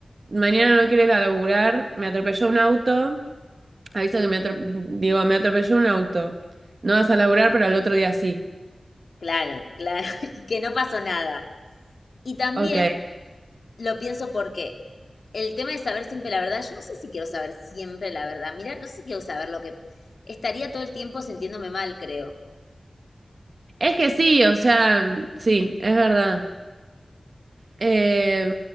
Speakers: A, on the right; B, on the left.
A: mañana no quiero ir a laburar, me atropelló un auto. ha visto que me atropelló, digo, me atropelló un auto. No vas a laburar, pero al otro día sí.
B: claro, claro. <laughs> Y que no pasó nada. Y también
A: Ok.
B: Lo pienso porque el tema de saber siempre la verdad, yo no sé si quiero saber siempre la verdad. Mira, no sé si quiero saber lo que... Estaría todo el tiempo sintiéndome mal, creo.
A: Es que sí, o sea, sí, es verdad. Eh,